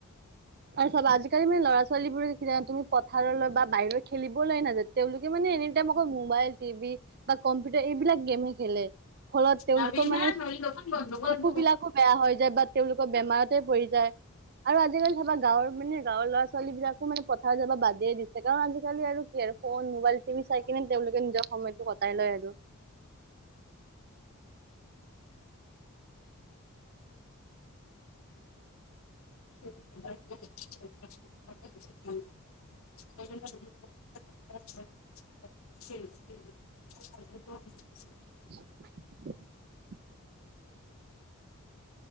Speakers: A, on the right; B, on the left.
A: আৰু চব আজিকালি মানে লৰা ছোৱালীৰ বোৰে যে তুমি পথাৰলৈ বা বাহিৰৰ খেলিবলৈ নাযায়। তেওঁলোকে মানে এনি টাইম অকল মোবাইল টিভি বা কম্পিউটাৰ এইবিলাক গেমহে খেলে। ফলত তেওঁলোক
B: যাবি না
A: মানে
B: নহ'লে দোকান বন্ধ
A: শকু বিলাকক বেয়া হৈ যায় বা তেওঁলোকৰ বেমাৰতে পৰি যায়, আৰু আজিকালি চাবা গাঁৱৰ মানে গাঁৱৰ লৰা ছোৱালি বিলাকো মানে পথাৰ যাব বাদে দিছে, কাৰণ আজিকালি আৰু কি আৰু ফোন মোবাইল টিভি চাই কিনে, তেওঁলোকে নিজৰ সময়টো কটাই লয় আৰু।
B: <unintelligible> আচ্ছা <inaudible> <unintelligible>
A: <unintelligible>